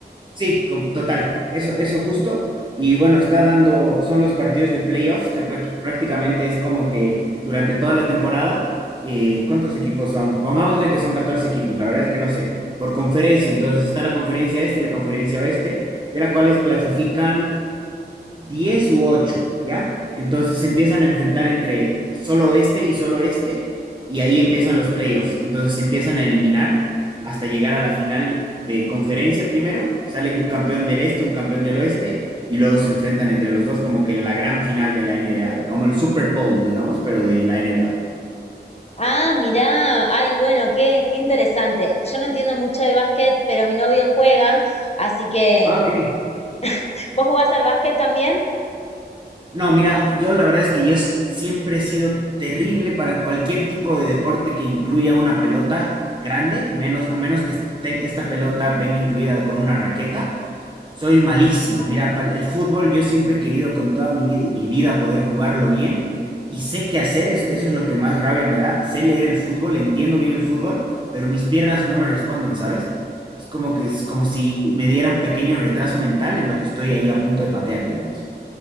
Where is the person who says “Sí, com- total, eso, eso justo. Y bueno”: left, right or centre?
Right